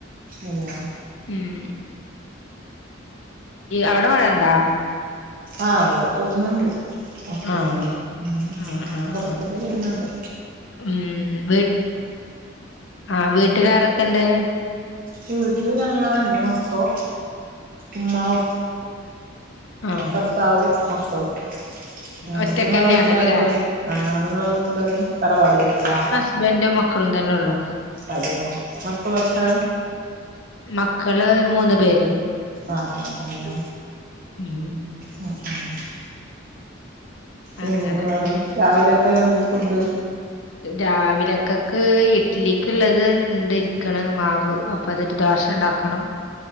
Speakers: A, on the right; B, on the left.
A: അതെയ്യോ
B: ഉം അവിടെ മഴയുണ്ടോ
A: ആഹ് ഇവിടെ പെയ്യുന്നുണ്ട് കൊറച്ചക്കെ
B: ആഹ്
A: ആഹ്
B: ആഹ്
A: കൊറച്ചക്ക
B: ആഹ്
A: പെയിന്നുണ്ട്
B: ഉം ആ വീട്ടിൽ ആരക്കെണ്ട്
A: വീട്ടില് ഞങ്ങള് മക്കളും ഉമ്മ ഉ
B: ആഹ്
A: ഭർത്താവും മക്കളും ആഹ്
B: ഒറ്റക്കന്നെയാണല്ലേ
A: നിങ്ങളെ വീട്ടിലാരല്ലാംണ്ട് ആഹ് നിങ്ങളെ വീട്ടിലാര് തറവാട് വീട്ടിലാ
B: അസുബൻഡും മക്കളും തന്നെള്ളൂ
A: അതെ മക്കളക്കെ
B: മക്കള് മൂന്ന് പേര്
A: ആഹ് അതെയ
B: ഉം
A: ഓ <unintelligible> ഉം
B: അങ്ങനെ
A: ന്നെ വേറെന്ത രാവിലക്കെന്ത ഫുഡ്
B: രാവിലക്കക്ക് ഇഡ്ലിക്ക്ള്ളത് ണ്ട് ഇരിക്ക്‌ണ് മാവ് അപ്പ അതെയ്റ്റ് ദോഷ ണ്ടാക്കണം